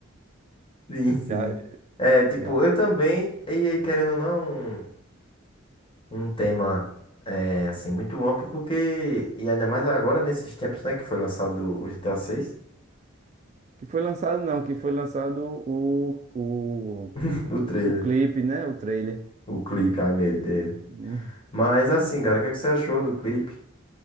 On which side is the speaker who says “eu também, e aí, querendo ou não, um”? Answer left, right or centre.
Left